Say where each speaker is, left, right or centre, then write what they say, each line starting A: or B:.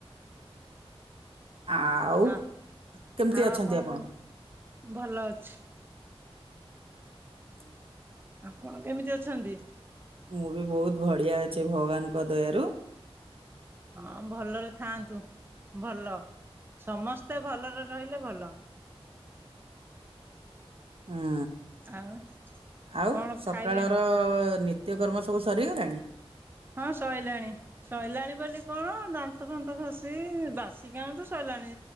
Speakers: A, on the right; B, on the right.
A: ଆ ଆଉ
B: ଆ
A: କେମିତି
B: ଆଉ
A: ଅଛନ୍ତି ଆପଣ?
B: କଣ ଭଲ ଅଛି।
A: ହୁଁ
B: ଆପଣ କେମିତି ଅଛନ୍ତି?
A: ମୁଁ ବି ବହୁତ ବଢିଆ ଅଛି ଭଗବାନଙ୍କ ଦୟାରୁ।
B: ହଁ ଭଲରେ ଥାଆନ୍ତୁ ଭଲ। ସମସ୍ତେ ଭଲରେ ରହିଲେ ଭଲ।
A: ହୁଁ
B: ଆଉ
A: ଆଉ
B: କଣ
A: ସକାଳର
B: ଖାଇଲେଣି
A: ନି ନିତ୍ୟକର୍ମ ସବୁ ସରିଗଲାଣି?
B: ହଁ ସଇଲାଣି ସଇଲାଣି ବୋଲି କଣ ଦାନ୍ତଫାନ୍ତ ଘଷି ବାସି କାମ ତ ସରି ଲାଣି